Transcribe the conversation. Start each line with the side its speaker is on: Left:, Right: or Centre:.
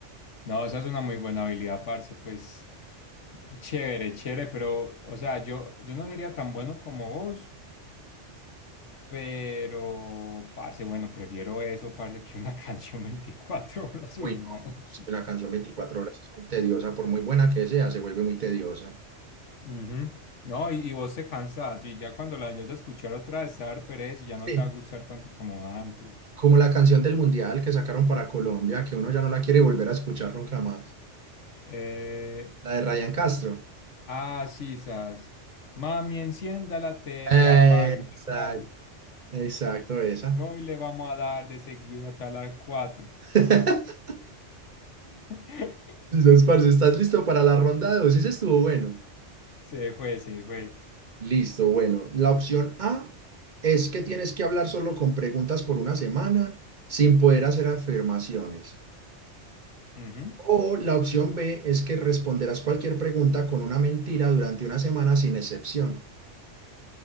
Left: No, esa es una muy buena habilidad, parce, pues chévere, chévere, pero, o sea, yo, yo no sería tan bueno como vos, pero, parce, bueno, prefiero eso, parce, que una <laughs> canción 24 horas,
Right: Uy,
Left: uy,
Right: no,
Left: no, aquí.
Right: es que la canción 24 horas es muy tediosa, por muy buena que sea, se vuelve muy tediosa.
Left: Ujú. No, y, y vos te cansás y ya cuando la vayas a escuchar otra vez te va a dar pereza y ya no
Right: Sí,
Left: te va a gustar tanto como antes.
Right: como la canción del Mundial que sacaron para Colombia, que uno ya no la quiere volver a escuchar nunca más.
Left: Eh,
Right: La de Ryan Castro.
Left: ah, sí, sas. Mami, encienda la TV,
Right: Exacto.
Left: apague la radio.
Right: Exacto, esa.
Left: Hoy le vamos a dar de seguido hasta las cuatro
Right: <laughs> Así
Left: <laughs>
Right: es, parce. ¿Estás listo para la ronda 2? Ese estuvo bueno.
Left: Se fue, se fue.
Right: Listo, bueno. La opción A es que tienes que hablar solo con preguntas por una semana sin poder hacer afirmaciones.
Left: Ujú.
Right: O la opción B es que responderás cualquier pregunta con una mentira durante una semana sin excepción.